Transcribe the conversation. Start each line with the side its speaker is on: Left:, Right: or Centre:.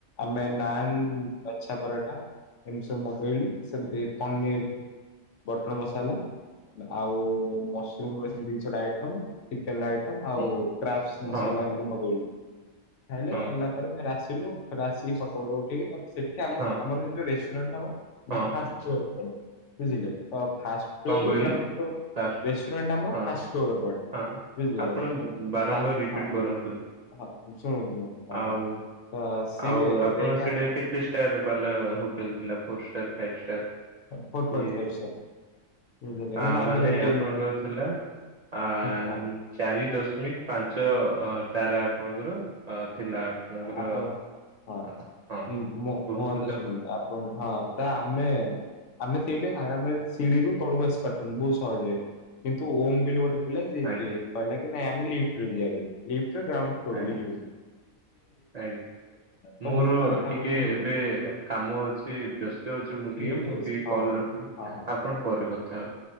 Left: ଆମେ ନାନ୍ ଲଚ୍ଛା ପରା ଟା ଏମିତି ସବୁ ମଗେଇଲୁ ସେମିତି ପନିର୍ ବଟର ମସାଲା ଆଉ ମସରୁମ ରେ ସେମିତି କିଛି ଗୋଟେ ଆଇଟମ ଚିକେନ ଲେ ଆଇଟମ ଆଉ
Right: ହଁ
Left: କ୍ରାବସ୍ ମସଲା
Right: ହଁ
Left: ଏମତି ମଗେଇଲୁ। ଖାଇଲେ
Right: ହଁ
Left: ସରିଲା ପରେ ଫେରେ ଆସିଲୁ ଫେରେ ଆସିକି ଫଟ ଫଟ ଉଠେଇକି ତା ସେଠି ଆ
Right: ହଁ
Left: ଆମର ସେଇ ଯୋଉ ରେଷ୍ଟୁରାଣ୍ଟ ନାମ।
Right: ହଁ।
Left: <inaudible> ବୁଝିଲେ ତ ଫାଷ୍ଟ ଫ୍ଲୋର
Right: କଣ
Left: ରୁ
Right: କହିଲେ
Left: ଗ୍ରାଉଣ୍ଡ ଫ୍ଲୋର
Right: ଲାଷ୍ଟ
Left: ରେଷ୍ଟୁରାଣ୍ଟ ଆମର
Right: ହଁ
Left: ଫାଷ୍ଟ ଫ୍ଲୋର ରେ ପଡ଼େବୁଝିଲେ
Right: ହଁ। ଆପଣ
Left: କି
Right: ବାରମ୍ବାର
Left: ତା
Right: ରିପିଟ
Left: ହଁ।
Right: କରନ୍ତୁ
Left: ହଁ ଶୁଣନ୍ତୁ ମୋ କଥା
Right: ଆଉ
Left: ହଁ ତ ସିଏ
Right: ଆଉ ଆପଣ
Left: ଦେଇକି
Right: ସେଇଟା
Left: ଆସିଶାଲାଣି।
Right: କେତେ ଷ୍ଟାର ବାଲା ହୋଟେଲ ଥିଲା four star five star
Left: four point
Right: ଇଏ
Left: ଫାଇଭ ଷ୍ଟାର ବୁଝିଲେ
Right: ଆଁ
Left: କିନ୍ତୁ ଆମେ
Right: ମାନେ
Left: ରେଟିଂ
Right: ଆପଣଙ୍କର ଥିଲା ଆଁ
Left: ହଁ ହଁ
Right: ନି ଚାରି ଦଶ୍ମିକ୍ ପାଞ୍ଚ ତାରା ଆପଣଙ୍କର ଆଁ ଥିଲା ଆପଣଙ୍କର।
Left: ଆପଣ ହଁ
Right: ଅ- ହଁ
Left: ମ୍ ମୋ
Right: କୁହନ୍ତୁ
Left: ମୋକଥା
Right: ତାପରେ
Left: ଶୁଣନ୍ତୁ ଆପଣ ହାତ୍ ତା ଆମେ ଆମେ ସେଇଠି ଆରାମରେ ସିଡିିରୁୁ ତଳକୁ ଆସି ପାରିଥାନ୍ତୁ ବହୁତ୍ ସହଜରେ। କିନ୍ତୁ ଓମ୍ ବେଲି ଗୋଟେ ପିଲା ଯିଏ କିଏ
Right: ଆଜ୍ଞା
Left: କହିଲା କି ନାଇ ଆମେ ଲିଫ୍ଟରେ ଯିବାକୁ ଲିଫ୍ଟରଗ୍ରାଉଣ୍ଡ ଫ୍ଲୋରକୁ
Right: ଆଜ୍ଞା
Left: ଯିବାକୁ।
Right: ଆଜ୍ଞା-
Left: ତ
Right: ମୋର
Left: ମୁଁ ତା କଥା
Right: ଟିକେ
Left: ନ ଶୁଣିକି
Right: ଏବେ କାମ ଅଛି ବ୍ୟସ୍ତ୍ ଯାଉଛି ମୁଁ
Left: ଠିକ
Right: ଟିକେ
Left: ଠିକ
Right: ମୁଁ
Left: ଅଛି
Right: ଟିକେ
Left: ହଉ
Right: କଲ
Left: ହଉ
Right: ରଖୁଛି
Left: ହଁ ହଁ
Right: ଆପଣ ପରେ କଥା ହେବେ।